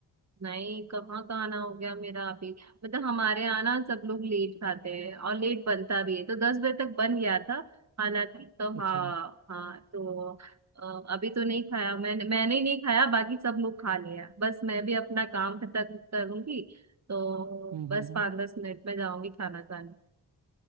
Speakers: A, on the right; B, on the right.
A: नहीं कहाँ का आना हो गया मेरा अभी मतलब हमारे यहाँ ना सब लोग लेट खाते हैं और लेट बनता भी है तो दस बजे तक बन गया था हालांकि तो
B: अच्छा
A: हाँ
B: हम्म
A: हाँ तो अ, अभी तो नहीं खाया मैंने मैंने नहीं खाया बाकी सब लोग खा लिया बस मैं भी अपना काम खत्म करूंगी तो
B: हम्म
A: बस
B: हम्म
A: पाँच दस मिनट में जाऊंगी खाना खाने